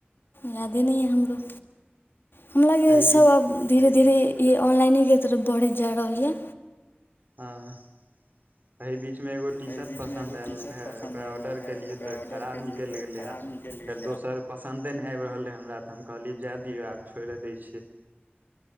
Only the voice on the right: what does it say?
एहि
बीच
हँ ऐय बीचमे एगो टी
शर्ट
पसन्द
आयल
रहए
ओकरा
ऑर्डर
केलियै
तऽ
खराब
निकलि
गेलै
आब
फेर
दोसर पसन्दे नहि आबि रहल हइ हमरा तऽ हम कहलिए जाए दिौ आब छोड़ि दै छी।